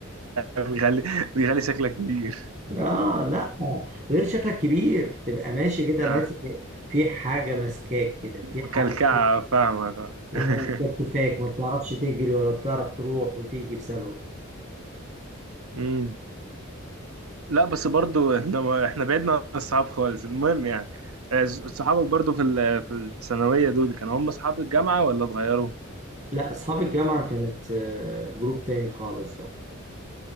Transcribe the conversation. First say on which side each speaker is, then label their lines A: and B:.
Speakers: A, on the right (about 85°); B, on the right (about 35°).
A: بيغلي بيغلي شكلك كبير
B: اه لا غير شكلك كبير تبقى ماشي كده
A: اه
B: ماسك في حاجه ماسكاك كده في حاجه
A: مكلكعة فاهمك اه
B: وكتفاك
A: <laughs>
B: ما بتعرفش تجري ولا بتعرف تروح وتيجي بسببه
A: مم. لا بس برضو احنا ما- احنا بعدنا عن الصحاب خالص المهم يعني آه، صحابك برضو في ال- في الثانوية دول كانوا هم صحاب الجامعة ولا اتغيروا؟
B: لا اصحاب الجامعه كانت آه، جروب تاني خالص بقى